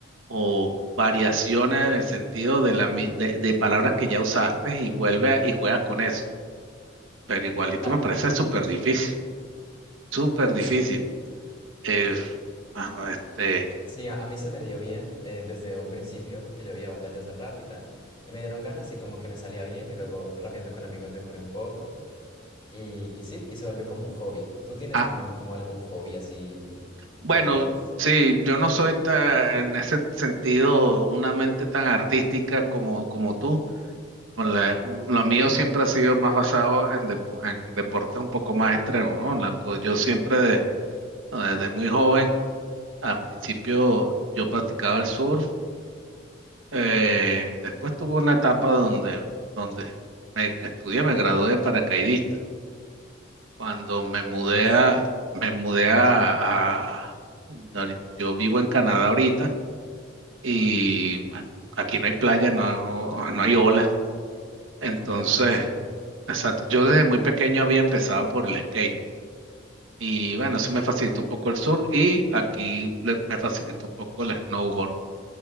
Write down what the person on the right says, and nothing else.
o variaciones en el sentido de la, mi- de, de palabras que ya usaste y vuelve y juegas con eso pero igualito
me parece súper difícil, súper difícil.
Eh, ah, este,
ah,
bueno,
sí, yo no soy ta- en ese sentido una mente tan artística como, como tú. Con
la- lo mío siempre ha sido más basado en, depo- en deportes un poco más extremos, ¿no? La co- yo siempre de- no, desde muy joven, al principio yo practicaba el surf, eh, después tuve una etapa donde, donde me estudié, me gradué de paracaidista. Cuando me mudé
a, me mudé a, a- ahori- yo vivo en Canadá ahorita y bueno, aquí no hay playa, no, no hay ola. Entonces,
exacto, yo desde muy pequeño había empezado por el skate y bueno, eso me facilitó un poco el sur y aquí le- me facilitó un poco el snowboard.